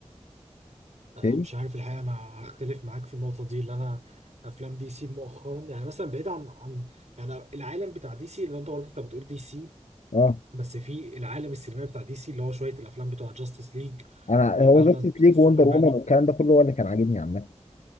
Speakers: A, on the right; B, on the left.
A: آه،
B: فاهمني
A: مش عارف الحقيقه انا هختلف معاك في النقطه دي اللي انا افلام دي سي مؤخرا يعني مثلا بعيد عن عن يعني العالم بتاع دي سي اللي انت برضه انت بتقول دي سي
B: اه
A: بس في العالم السينمائي بتاع دي سي اللي هو شويه الافلام بتوع جاستس ليج
B: انا
A: وباتمان
B: هو جاستس
A: سوبرمان
B: ليج وندر وومن والكلام ده كله هو اللي كان عاجبني عامه